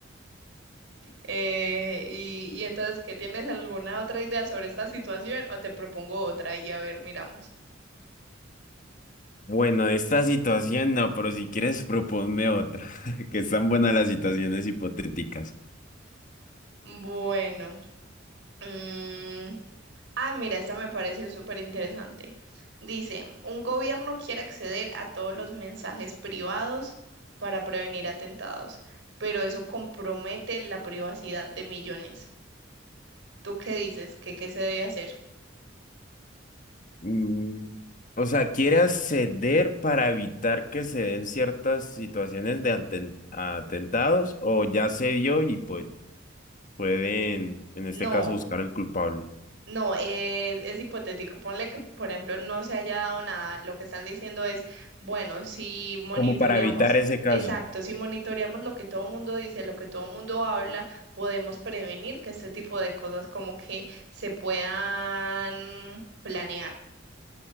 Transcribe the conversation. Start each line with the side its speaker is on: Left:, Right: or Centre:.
Right: Eh, y, y entonces, ¿qué tienes alguna otra idea sobre esta situación o te propongo otra y a ver, miramos?
Left: Bueno, de esta situación no, pero si quieres proponme otra, <laughs> que están buenas las situaciones hipotéticas.
Right: Bueno. mm, Ah, mira, esta me pareció súper interesante. Dice, un gobierno quiere acceder a todos los mensajes privados para prevenir atentados, pero eso compromete la privacidad de millones. ¿Tú qué dices? ¿Qué, qué se debe hacer?
Left: Mm, o sea, ¿quieres ceder para evitar que se den ciertas situaciones de aten- atentados o ya se dio y pues pueden, en
Right: No.
Left: este caso, buscar el culpable?
Right: No, eh, es hipotético. Ponle que, por ejemplo, no se haya dado nada. Lo que están diciendo es, bueno, si monitoreamos,
Left: como para evitar ese caso.
Right: exacto, si monitoreamos lo que todo el mundo dice, lo que todo el mundo habla, podemos prevenir que este tipo de cosas como que se puedan planear.